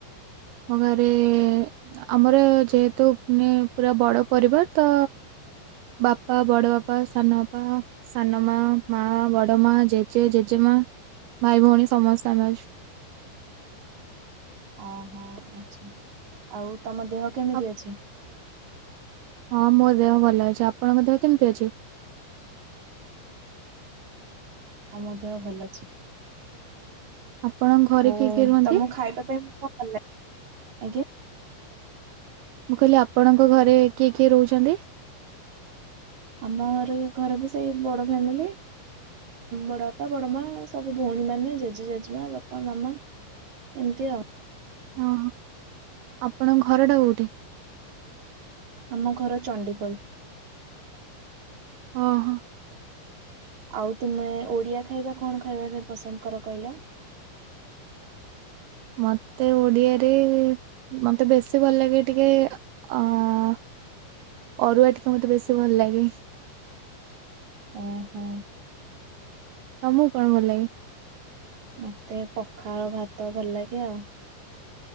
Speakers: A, on the right (about 80°); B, on the right (about 40°).
A: ଆମ ଘରେ-ଏ-ଏ-ଏ ଆମର ଯେହେତୁ ମାନେ ପୁରା ବଡ ପରିବାର ତ ବାପା, ବଡ ବାପା, ସାନ ବାପା, ସାନ ମା, ମା, ବଡ ମା, ଜେଜେ, ଜେଜେମା, ଭାଇ, ଭଉଣୀ ସମସ୍ତେ ଆମେ ଅଛୁ।
B: ଓହୋ ଆଛା ଆଉ ତମ ଦେହ କେମିତି
A: ଆପ-
B: ଅଛି?
A: ହଁ ମୋ ଦେହ ଭଲ ଅଛି, ଆପଣଙ୍କ ଦେହ କେମିତି ଅଛି?
B: ଆମ ଦେହ ଭଲ ଅଛି।
A: ଆପଣଙ୍କ ଘରେ
B: ଓ
A: କିଏ କିଏ ରୁହନ୍ତି?
B: ତମକୁ ଖାଇବା ପାଇଁ କଣ ଭଲ ଲାଗେ? ଆଜ୍ଞା ।
A: ମୁଁ କହିଲି ଆପଣଙ୍କ ଘରେ କିଏ କିଏ ରହୁଛନ୍ତି?
B: ଆମ ଘରେ ଘରେ ବି ସେଇ ବଡ ଫ୍ୟାମିଲି। ବଡ ବାପା, ବଡ ମା, ସବୁ ଭଉଣୀ ମାନେ, ଜେଜେ, ଜେଜେମା, ବାପା, ମାମା ଏମିତି ଆଉ।
A: ହଁ। ଆପଣଙ୍କ ଘର ଟା କୋଉଠି?
B: ଆମ ଘର ଚଣ୍ଡିଖୋଲ୍।
A: ହ ହୋ।
B: ଆଉ ତୁମେ ଓଡିଆ ଖାଇବା କଣ ଖାଇବାରେ ପସନ୍ଦ କର କହିଲ?
A: ମତେ ଓଡିଆରେ ମତେ ବେଶୀ ଭଲ ଲାଗେ ଟିକେ ଅ-ଅ-ଅ ଅରୁଆ ଟିକେ ମତେ ବେଶୀ ଭଲ ଲାଗେ।
B: ଓ ହୁଁ।
A: ତମକୁ କଣ ଭଲ ଲାଗେ?
B: ମତେ ପଖାଳ ଭାତ ଭଲ ଲାଗେ ଆଉ।